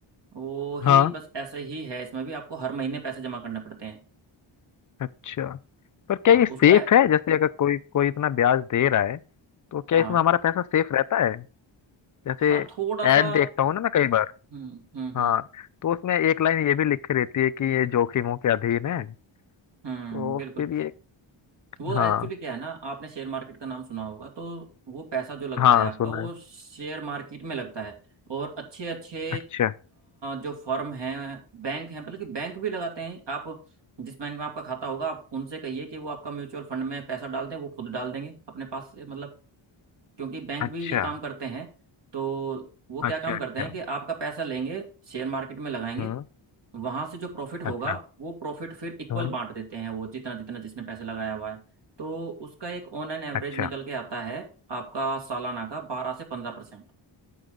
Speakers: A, on the right; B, on the left.
A: वो
B: हाँ
A: ही बस ऐसे ही है इसमें भी आपको हर महीने पैसे जमा करने पड़ते हैं
B: अच्छा पर क्या
A: हाँ
B: ये सेफ
A: उसको ए-
B: है जैसे अगर कोई कोई इतना ब्याज दे रहा है तो क्या
A: हाँ
B: इसमें हमारा पैसा सेफ रहता है जैसे
A: हाँ थोड़ा सा
B: एड देखता हूँ ना मैं कई बार
A: हम्म हम्म
B: हाँ
A: हम्म
B: तो उसमें एक लाइन ये भी लिखी रहती है कि ये जोखिमों के अधीन है
A: हम्म
B: तो
A: बिल्कुल
B: फिर ये
A: वो
B: हाँ
A: एक्चुअली क्या है ना आपने शेयर मार्केट का नाम सुना होगा तो वो पैसा जो लगता
B: हाँ
A: है आपका
B: सुना
A: वो
B: है
A: शेयर मार्केट में लगता है और अच्छे अच्छे
B: अच्छा
A: जो फर्म हैं बैंक हैं बल्कि बैंक भी लगाते हैं आप जिस बैंक में आपका खाता होगा आप उनसे कहिए कि वो आपका म्यूचुअल फंड में पैसा डाल दें वो खुद डाल देंगे अपने पास से मतलब क्योंकि बैंक
B: अच्छा
A: भी ये काम करते हैं तो वो क्या
B: अच्छा
A: काम
B: अच्छा
A: करते हैं कि आपका पैसा लेंगे शेयर मार्केट में लगाएंगे
B: हम्म
A: वहां से जो प्रॉफिट होगा
B: अच्छा
A: वो प्रॉफिट फिर इक्वल
B: हम्म
A: बांट देते हैं वो जितना जितना जिसने पैसे लगाया हुआ है तो उसका एक ऑन एन एवरेज
B: अच्छा
A: निकल के आता है आपका सालाना का बारह से पंद्रह परसेंट